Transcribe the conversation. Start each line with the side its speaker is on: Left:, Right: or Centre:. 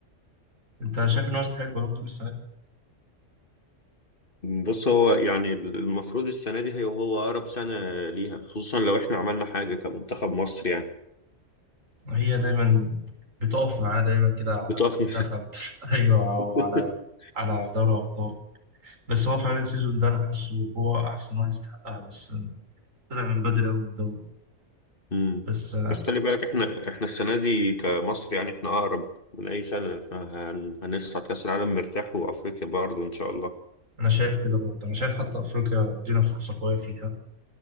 Right: انت شايف ان هو يستحق البالون دور السنه دي
Left: بص هو يعني المفروض السنة دي هي هو أقرب سنة ليها خصوصا لو احنا عملنا حاجة كمنتخب مصر يعني
Right: هي دايما بتقف معاه دايما كده على
Left: بتقفنا
Right: منتخب <laughs> ايوه او
Left: <laughs>
Right: على على دوري ابطال بس هو فعلا السيزون ده انا حاسه هو احسن واحد يستحقها بس طلع من بدري قوي من الدوري
Left: مم.
Right: بس
Left: بس خلي بالك احنا احنا السنة دي كمصر يعني احنا أقرب من أي سنة احنا هن- هنصعد كأس العالم مرتاح وأفريقيا برضه إن شاء الله
Right: انا شايف كده برضه انا شايف حتى افريقيا لينا فرصه قويه فيها